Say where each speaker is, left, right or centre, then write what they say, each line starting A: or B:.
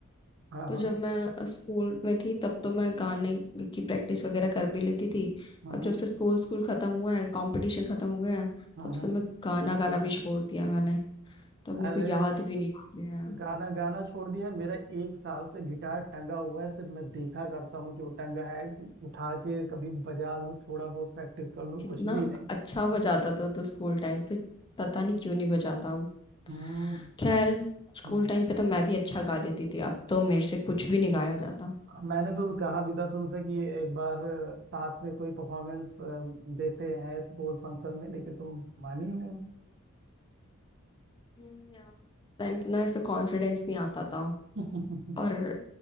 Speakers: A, on the right; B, on the left.
A: हाँ
B: तो
A: हाँ
B: जब मैं स्कूल में थी तब तो मैं गाने की प्रैक्टिस वगैरह कर भी लेती थी
A: हाँ
B: अब जब से स्कूल स्कूल खत्म हुआ है कंपटीशन खत्म हो गया है
A: हाँ
B: तब
A: हाँ
B: से मैं गाना गाना भी छोड़ दिया मैंने तो अब मेरे
A: अरे
B: को याद भी नहीं आ रहा है
A: गाना गाना छोड़ दिया मेरा एक साल से गिटार टंगा हुआ है सिर्फ मैं देखा करता हूँ कि वो टंगा है कि उठा के कभी बजा लूँ थोड़ा बहुत प्रैक्टिस कर लूँ
B: कितना
A: कुछ भी नहीं
B: अच्छा बजाता था तो स्कूल टाइम पे पता नहीं क्यों नहीं बजाता अब
A: हम्म
B: खैर स्कूल
A: हम्म,
B: टाइम पे तो मैं भी अच्छा गा लेती थी अब तो मेरे से कुछ भी नहीं गाया जाता
A: मैंने तो कहा भी था तुमसे कि एक बार अ, साथ में कोई परफॉर्मेंस देते हैं स्कूल फंक्शन में लेकिन तुम मानी ही नहीं
B: हम्म, यार उस टाइम पे ना ऐसा कॉन्फिडेंस नहीं आता था
A: <laughs>
B: और